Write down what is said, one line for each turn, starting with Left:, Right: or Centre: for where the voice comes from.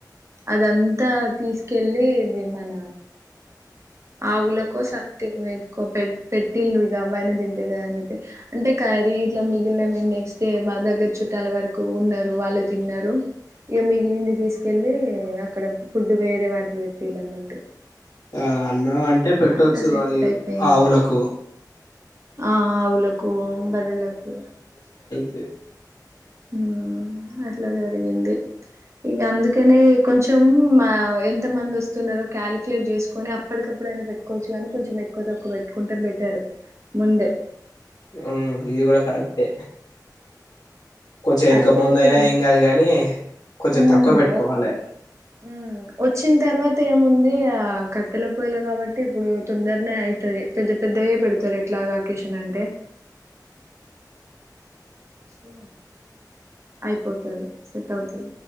Right: అదంతా తీసుకెళ్ళి మన ఆవుకో సంథింగ్ ఎట్టుకో పెట్టి పెట్టిళ్ళు ఇక అవ్వయినా తింటేయ్ కదా అని చెప్పి అంటే కరీ ఇట్లా మిగిలిన మేము నెక్ హే మా దగ్గర చుట్టాల్ వరకు ఉన్నారు వాళ్ళు తిన్నారు ఇక మిగిలింది తీసుకెళ్ళి అక్కడ ఫుడ్ వేరే వాటికి పెట్టీలు అన్నట్టు
Left: ఆ అన్నం అంటే పెట్టొచ్చు
Right: అట్లా సెట్
Left: అవి
Right: అయిపోయింది
Left: ఆవులకు
Right: ఆ ఆవులకు బరలకు
Left: ది
Right: ఆ అట్లా జరిగింది ఇక అందుకనే కొంచెం ఆ ఎంత మంది వస్తున్నారో క్యాలిక్యులేట్ చేసుకొని అప్పటికప్పుడైనా పెట్టుకోవచ్చు కానీ కొంచెం ఎక్కువ తక్కువ పెట్టుకుంటే బెటర్ ముందే
Left: ఉ ఇది కూడా కరక్టే కొంచెం వెనక
Right: అనుకోకుండా
Left: ముందు అయినా ఏం కాదు గాని కొంచెం
Right: ఉమ్
Left: తక్కువ పెట్టుకోవాలే
Right: ఉమ్ వచ్చిన తర్వాత ఏముంది ఆ కట్టెల పోయలా కాబట్టి ఇప్పుడు తొందరనే అయితది పెద్ద పెద్దయి పెడతారు ఎట్లాగా ఆకేషన్ అంటే సో అయిపోతది సెట్ అవుతది